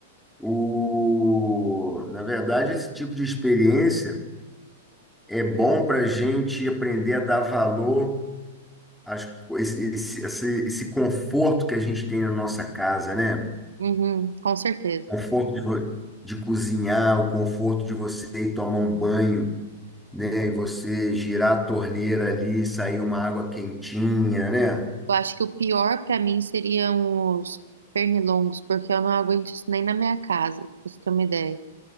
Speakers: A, in the centre; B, on the right.
A: O... Na verdade, esse tipo de experiência é bom para a gente aprender a dar valor às... co- esse, esse, esse- esse conforto que a gente tem na nossa casa, né?
B: Uhum, com certeza.
A: Conforto de, ro- de cozinhar, o conforto de você ir tomar um banho, né? E você girar a torneira ali, sair uma água quentinha, né?
B: Eu acho que o pior pra mim seriam os pernilongos, porque eu não aguento isso nem na minha casa, pra você ter uma ideia.